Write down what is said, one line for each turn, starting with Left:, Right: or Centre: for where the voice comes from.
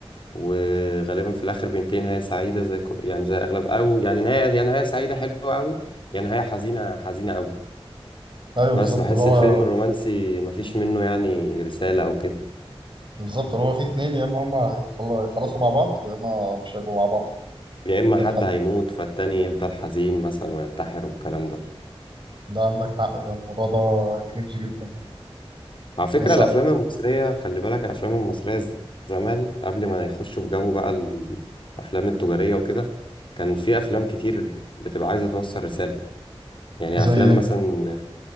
Left: وغالبا في الاخر بينتهي نهايه سعيده زي كو- يعني زي اغلب او يعني نهايه يا نهايه سعيده حلوه قوي يا نهايه حزينه حزينه قوي
Right: ايوه
Left: بس
Right: بالظبط
Left: بحس
Right: اللي هو
Left: الفيلم الرومانسي مفيش منه يعني رساله او كده
Right: بالظبط اللي هو في اتنين يا اما هما هيخل- هيخلصوا مع بعض يا اما مش هيبقوا مع بعض
Left: يا اما حد
Right: في الحلقة
Left: هيموت فالتاني يفضل حزين مثلا وينتحر والكلام ده
Right: ده عندك حق في الموضوع ده كرينج جدا يعني.
Left: على فكرة
Right: بس
Left: الأفلام المصرية خلي بالك الأفلام المصرية ز- زمان قبل ما يخشوا في جو بقى الأفلام التجارية وكده كان في أفلام كتير بتبقى عايزة توصل رسالة يعني
Right: زي
Left: أفلام
Right: ايه
Left: مثلا